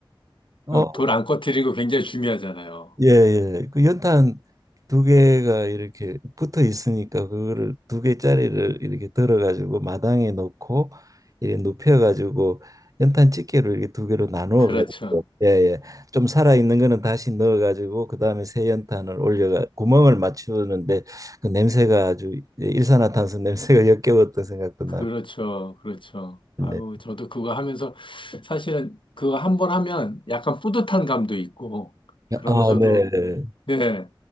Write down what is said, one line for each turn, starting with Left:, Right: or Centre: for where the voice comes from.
Right: 어,
Left: 불안 꺼뜨리고 굉장히 중요하잖아요.
Right: 예, 예. 그 연탄 두 개가 이렇게 붙어 있으니까 그거를 두 개짜리를 이렇게 들어 가지고 마당에 놓고 이렇게 눕혀 가지고 연탄 집게로 이렇게 두 개로 나누어
Left: 그렇죠.
Right: 가지고 예, 예. 좀 살아 있는 거는 다시 넣어 가지고 그다음에 새 연탄을 올려가 구멍을 맞추는데 그 냄새가 아주 예, 일산화탄소 냄새가 <laughs> 역겨웠던 생각도
Left: 그렇죠.
Right: 나고.
Left: 그렇죠.
Right: 네.
Left: 아유, 저도 그거 하면서 사실은 그거 한번 하면 약간 뿌듯한 감도 있고, 그러면서도,
Right: 아, 네.
Left: 네,